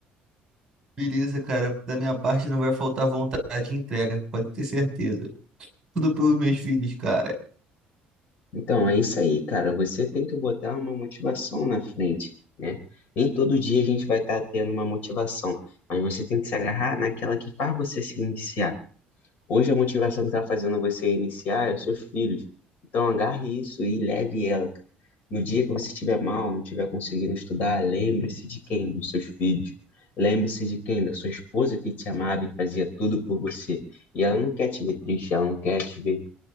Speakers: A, on the right (about 20°); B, on the left (about 60°).
A: beleza, cara. Da minha parte não vai faltar vontade de entrega, pode ter certeza. Tudo pelos meus filhos, cara.
B: Então, é isso aí, cara. Você tem que botar uma motivação na frente, né? Nem todo dia a gente vai estar tendo uma motivação, mas você tem que se agarrar naquela que faz você se iniciar. Hoje a motivação que está fazendo você iniciar é os seus filhos. Então, agarre isso e leve ela, cara. No dia que você estiver mal, não estiver conseguindo estudar, lembre-se de quem? Dos seus filhos. Lembre-se de quem? Da sua esposa que te amava e fazia tudo por você. E ela não quer te ver triste, ela não quer te ver